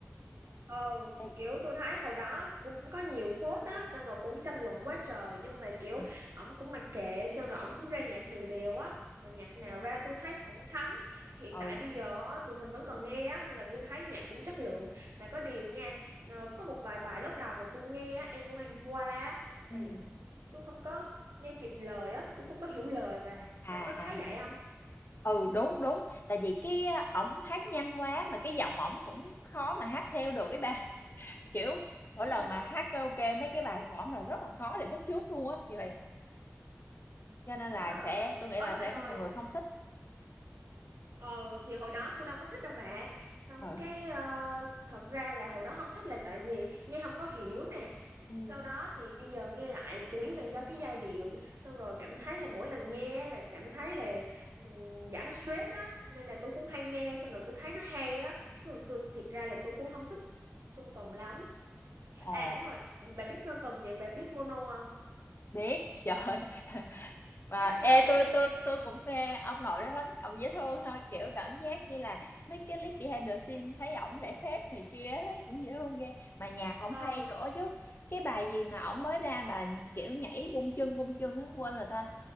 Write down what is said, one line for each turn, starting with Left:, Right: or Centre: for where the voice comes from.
Right: ừ
Left: ê,
Right: kiểu tôi thấy hồi đó cũng có nhiều phốt đó xong rồi cũng tranh luận quá trời nhưng mà kiểu
Left: ừ
Right: ổng cũng mặc kệ xong rồi ổng cũng ra nhạc đều đều á mà nhạc nào ra tôi thấy cũng thấm hiện
Left: ừ
Right: tại bây giờ á, tụi mình vẫn còn nghe á nên là tôi thấy nhạc cũng chất lượng mà có điều nha ờ, có một vài bài lúc đầu mà tôi nghe á, em của ngày hôm qua á
Left: ừ,
Right: thì tôi không có nghe kịp lời á tôi không có hiểu lời bà
Left: à
Right: đã có thấy
Left: à
Right: vậy không
Left: ừ đúng đúng tại vì cái ổng hát nhanh quá mà cái giọng ổng cũng khó mà hát theo được cái bà <laughs> kiểu mỗi
Right: ừ
Left: lần mà hát karaoke mấy cái bài của ổng là rất là khó để bắt chước luôn á kiểu vậy cho nên là
Right: đúng rồi
Left: sẽ tôi nghĩ
Right: ơi
Left: là sẽ
Right: mà ngồi
Left: có nhiều người không thích
Right: ờ thì hồi đó tôi đâu có thích đâu bà xong
Left: ừ
Right: cái ờ, thật ra là hồi đó không thích là tại vì nghe không có hiểu nè
Left: ừ
Right: sau đó thì bây giờ nghe lại chủ yếu là do cái giai điệu xong rồi cảm thấy là mỗi lần nghe là cảm thấy là mình giải stress á nên là tôi cũng hay nghe xong rồi tôi thấy nó hay á chứ hồi xưa thiệt ra là tôi cũng không thích Sơn Tùng lắm
Left: ồ
Right: à đúng rồi bà biết Sơn Tùng vậy bà biết Mono không
Left: biết trời <laughs> mà
Right: <laughs>
Left: ê tôi tôi tôi cũng mê ông nội đó lắm ông dễ thương ha kiểu cảm giác như là mấy cái clip behind the scene thấy ổng lễ phép này kia thấy cũng dễ thương ghê mà nhạc ổng
Right: ờ
Left: hay nữa chứ cái bài gì mà ổng mới ra mà kiểu nhảy bung chân bung chân á quên rồi ta